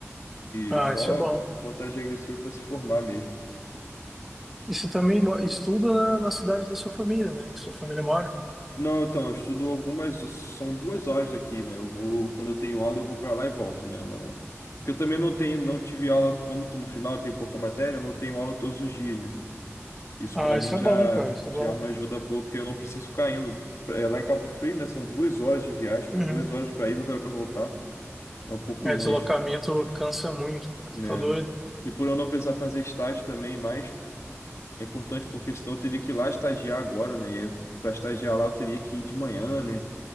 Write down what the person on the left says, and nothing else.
e só
contagem regressiva para se formar mesmo.
Não, então, eu estudo algumas, são duas horas daqui, né? Eu vou, quando eu tenho aula, eu vou para lá e volto, né? Eu não, porque eu também não tenho, não tive aula, como tô no final, tem pouca matéria, eu não tenho aula todos os dias, né? Isso
para mim
já,
já
é uma ajuda boa, porque eu não preciso ficar indo. É, lá em Cabo Frio, né? São duas horas de viagem, cara,
duas horas para ir, duas horas para voltar. É um pouco
longe,
né?
E por eu não precisar fazer estágio também, mas é importante porque senão eu teria que ir lá estagiar agora, né? E aí, para estagiar lá eu teria que ir de manhã, né?